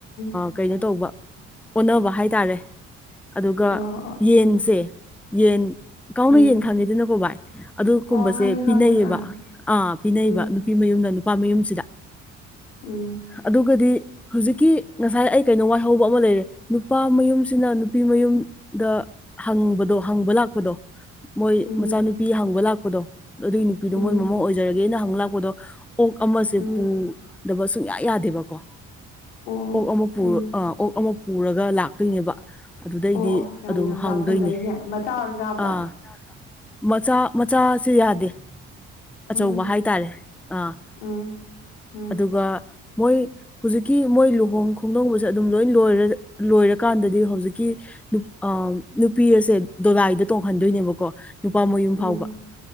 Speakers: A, on the left (about 90°); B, in the centre.
A: ꯎꯝ
B: ꯀꯩꯅꯣ ꯇꯧꯕ ꯑꯣꯟꯅꯕ ꯍꯥꯏꯇꯥꯔꯦ ꯑꯗꯨꯒ
A: ꯑꯣ ꯑꯣ
B: ꯌꯦꯟꯁꯦ
A: ꯎꯝ
B: ꯌꯦꯟ ꯀꯥꯎꯅ
A: ꯎꯝ
B: ꯌꯦꯟ ꯈꯥꯡꯉꯤꯗꯅꯀꯣ ꯚꯥꯏ꯫ ꯑꯗꯨꯒꯨꯝꯕꯁꯦ
A: ꯑꯣ ꯈꯪꯉꯦ
B: ꯄꯤꯅꯩꯌꯦꯕ
A: ꯈꯪꯉꯦ ꯑꯥ
B: ꯑꯥ ꯄꯤꯅꯩꯕ
A: ꯎꯝ
B: ꯅꯨꯄꯤ ꯃꯌꯨꯝꯅ ꯅꯨꯄꯥ ꯃꯌꯨꯝꯁꯤꯗ
A: ꯎꯝ
B: ꯑꯗꯨꯒꯗꯤ ꯍꯧꯖꯤꯛꯀꯤ ꯉꯁꯥꯏ ꯑꯩ ꯀꯩꯅꯣ ꯋꯥꯏꯍꯧꯕ ꯑꯃ ꯂꯩꯔꯦ ꯅꯨꯄꯥ ꯃꯌꯨꯝꯁꯤꯅ ꯅꯨꯄꯤ ꯃꯌꯨꯝ ꯗ ꯍꯪꯕꯗꯣ ꯍꯪꯕ ꯂꯥꯛꯄꯗꯣ ꯃꯣꯏ
A: ꯎꯝ
B: ꯃꯆꯥꯅꯨꯄꯤ ꯍꯪꯕ ꯂꯥꯛꯄꯗꯣ ꯑꯗꯨꯒꯤ ꯅꯨꯄꯤꯗꯣ
A: ꯎꯝ
B: ꯃꯣꯏ ꯃꯃꯥ ꯑꯣꯏꯖꯔꯒꯦꯅ ꯍꯪꯕ ꯂꯥꯛꯄꯗꯣ ꯑꯣꯛ ꯑꯃꯁꯦ
A: ꯎꯝ
B: ꯄꯨꯗꯕ ꯁꯨꯡꯌꯥ ꯌꯥꯗꯦꯕꯀꯣ꯫
A: ꯑꯣ
B: ꯑꯣꯛ ꯑꯃ
A: ꯎꯝ
B: ꯑ ꯑꯣꯛ ꯑꯃ ꯄꯨꯔꯒ ꯂꯥꯛꯇꯣꯏꯅꯦꯕ ꯑꯗꯨꯗꯩꯗꯤ꯫
A: ꯑꯣ ꯑꯣ ꯌꯥꯝ
B: ꯑꯗꯨꯝ ꯍꯪꯗꯣꯏꯅꯦ
A: <unintelligible> ꯐꯖꯩꯅꯦ ꯃꯆꯥ ꯑꯣꯏꯔꯁꯨ ꯌꯕ꯭ꯔꯣ꯫
B: ꯑꯥ ꯃꯆꯥ ꯃꯆꯥꯁꯦ ꯌꯥꯗꯦ ꯑꯆꯧꯕ
A: ꯎꯝ
B: ꯍꯥꯏꯇꯥꯔꯦ꯫ ꯑꯥ
A: ꯎꯝ ꯎꯝ
B: ꯑꯗꯨꯒ ꯃꯣꯏ꯫ ꯍꯧꯖꯤꯛꯀꯤ ꯃꯣꯏ ꯂꯨꯍꯣꯡ ꯈꯣꯡꯗꯣꯡꯕꯁꯦ ꯑꯗꯨꯝ ꯂꯣꯏ ꯂꯣꯏꯔ ꯂꯣꯏꯔꯀꯥꯟꯗꯗꯤ ꯍꯧꯖꯤꯛꯀꯤ꯫ ꯑ ꯅꯨꯄꯤ ꯑꯁꯦ ꯗꯣꯂꯥꯏꯗ ꯇꯣꯡꯍꯟꯗꯣꯏꯅꯦꯕꯀꯣ ꯅꯨꯄꯥ ꯃꯌꯨꯝ
A: ꯎꯝ
B: ꯐꯥꯎꯕ꯫